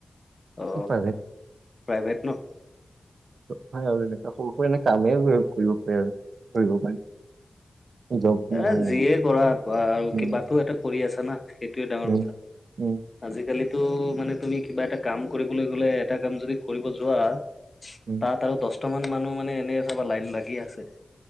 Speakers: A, on the left (about 40°); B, on the right (about 90°).
A: অ
B: প্ৰাইভেট
A: প্ৰাইভেট ন
B: হয় আৰু এনে সৰু এনে কামেই কৰিব পাৰি আৰু কৰিব পাৰি জব বুলি
A: এ
B: নহয়
A: যিয়ে
B: আৰু।
A: কৰা বাল আৰু
B: উম
A: কিবাটো এটা কৰি আছা না সেইটোৱে ডাঙৰ
B: উম
A: কথা
B: উম
A: আজিকালিতো মানে তুমি কিবা এটা কাম কৰিবলৈ গ'লে এটা কাম যদি কৰিব যোৱা তাত
B: উম
A: আৰু দহটা মান মানুহ মানে এনেই চাবা লাইন লাগি আছে